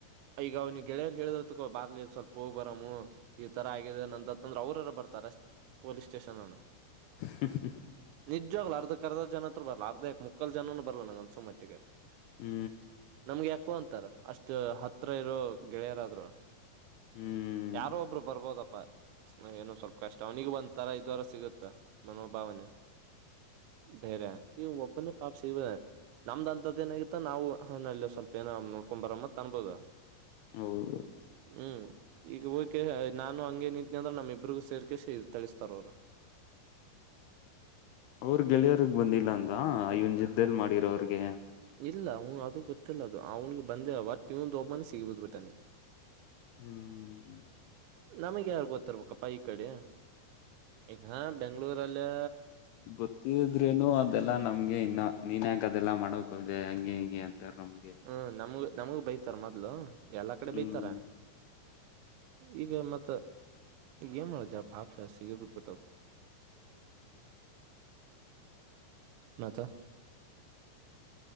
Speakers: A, on the right; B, on the left.
A: ಈಗ ಅವನ ಗೆಳೆಯರ್ ಹೇಳಿದರ್ಕೋ ಬಾರ್ಲಿ ಸ್ವಲ್ಪ ಹೋಗ್ ಬರಾಮ ಈ ತರ ಆಗಿದೆ ನಂದತ್ತಂದ್ರ ಅವ್ರ. ಬರ್ತಾರ ಪೊಲೀಸ್ ಸ್ಟೇಷನ್ ಅನ್ನು.
B: ಹು ಹು
A: ನಿಜ್ವಾಗ್ಲೂ ಅರ್ಧ ಕರ್ದ ಜನ ಹತ್ರ ಬರ್ಲ್ಲ ಅರ್ಧ ಮುಕ್ಕಲ್ ಜನನು ಬರ್ಲ್ಲ ನಂನ್ ಅನ್ಸೊ ಮಟ್ಟಿಗೆ.
B: ಹು
A: ನಮಗ ಯಾಕೋ ಅಂತಾರ ಅಷ್ಟ ಹತ್ರ ಇರೋ ಗೆಳೆಯರಾದ್ರು.
B: ಹು
A: ಯಾರೋ ಒಬ್ರು ಬರ್ಬೋದಪ್ಪಾ ಏನು ಸ್ವಲ್ಪ. ಕಷ್ಟ ಅವನಿಗೆ ಒಂದ್ ತರ ಇದುಅರ ಸಿಗುತ್ತ ಮನೋ ಭಾವನೆ ಬೇರೆ. ಈ ಒಬ್ಬನ್ನೇ ಪಾಪ್ ಶಿವ. ನಮ್ದ್ ಅಂತದ್ದ ಏನಾಗಿತ್ತ ನಾವು ಅಲ್ಲಿ ಸ್ವಲ್ಪ ಏನ ನೋಡ್ಕೊಂಡ್ ಬರಮ್ಮತ್ ಅನ್ಬೋದ.
B: ಹೌದ
A: ಹು ಈಗ ಹೋಕೆ ನಾನು ಹಂಗೇನಿಂಟ್ನೆದ್ರ ಅಂದ್ರ ನಮ್ಮ ಇಬರಿಗೂ ಸೇರ್ಕ ತಿಳಿಸ್ತಾರ ಅವರು.
B: ಅವ್ರ ಗೆಳೆಯರಿಗೆ ಬಂದಿಲ್ಲ ಅಂದ ಇವನ ಜೊತೆಯಲ್ಲಿ ಮಾಡಿರೋ ಅವ್ರಿಗೆ
A: ಇಲ್ಲ ಹ್ ಅದು ಗೊತ್ತಿಲ್ಲ ಅದು ಅವ್ನಿಗೆ ಬಂದ ಒಟ್ ಇವಂದ ಒಬ್ಬನ ಸಿಗಿಬುದ್ ಬಿಟ್ಟನಿಗೆ
B: ಹ್ಮ್
A: ನಮಗೆ ಯಾರ್ ಗೊತ್ತಿರ್ಬೇಕಪ್ಪಾ ಈ ಕಡೆ ಇ ಬೆಂಗಳೂರಲ್ಲಿ
B: ಗೊತ್ತಿದ್ರೇನು ಅ ಅದೆಲ್ಲಾ ನಮ್ಗೆ ಇನ್ನ ನೀನ್ ಯಾಕ್ದೆಲ್ಲಾ ಮಾಡಕ್ ಹೋದೆ ಹಂಗೆ ಹಿಂಗೆ ಅಂತಾರ ನಮ್ಗೆ
A: ಹ್ಮ ನಮಗ ನಮಗು ಬೈತಾರ ಮೊದ್ಲು ಎಲ್ಲಾ ಕಡೆ
B: ಹ್ಮ್
A: ಬೈತಾರ ಈಗ ಮತ್ತ ಏನ್ ಮಾಡೋ ಜಾ ಹಾಪ್ ಸಿಗೆ ಬಿಟ್ಬಿಟ್ಟು
B: ಹ
A: ಮತ್ತೆ